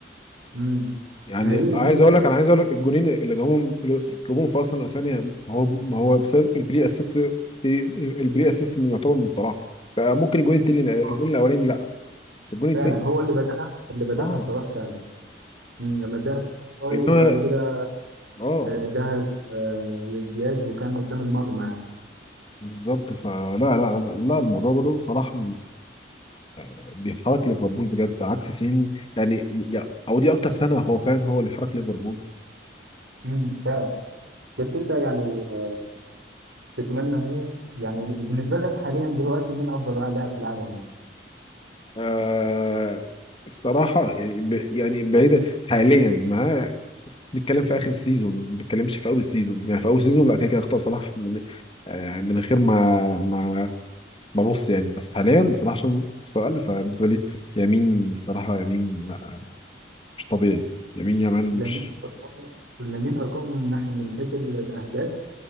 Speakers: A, on the right; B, on the left.
A: امم
B: يعني
A: ما هي دي
B: عايز
A: دي مش
B: اقول لك انا عايز اقول لك الجونين اللي جابهم اللي جابهم في ارسنال الثانيه هو ما هو بسبب البري اسيست البري اسيست من يعتبر من صلاح بقى ممكن الجون التاني الجون
A: آه،
B: الاولاني لا بس الجون التاني
A: فعلا هو اللي بدأها اللي بدأها
B: اه
A: صلاح فعلا مم. لما اداها صلاح
B: وانما
A: وبعد كده
B: اه
A: آه، اداها آه، لدياز وكان قدام المرمى يعني
B: بالظبط فلا لا لا لا الموضوع برضه صلاح بيحرك ليفربول بجد عكس سيني يعني ي- او دي اكتر سنه هو فعلا هو اللي بيحرك ليفربول
A: امم فعلا بس انت يعني آه، تتمنى مين يعني بالنسبة لك حاليا دلوقتي مين افضل لاعب في العالم يعني
B: آه الصراحه يعني ب يعني بعيده حاليا ما نتكلم في اخر السيزون ما بنتكلمش في اول السيزون يعني في اول السيزون لا كده كده اختار صلاح من آه من غير ما ما ما ابص يعني بس حاليا صلاح عشان مستوى اقل فبالنسبه لي يمين الصراحه يمين لا مش طبيعي يمين يامال
A: لامين
B: مش
A: ارقامه لامين ارقامه من ناحيه من حيث ال- الاهداف